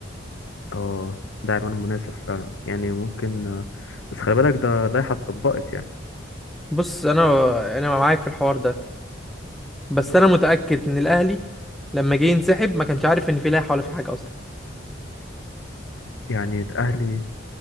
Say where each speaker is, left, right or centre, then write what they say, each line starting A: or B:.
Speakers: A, on the left; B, in the centre.
A: اه ده عنوان مناسب فعلا يعني ممكن آه، بس خلي بالك ده لائحة اتطبقت يعني
B: بص انا انا معاك في الحوار ده بس انا متاكد ان الاهلي لما جه ينسحب ما كانش عارف ان في لائحه ولا في حاجه اصلا
A: يعني الأهلي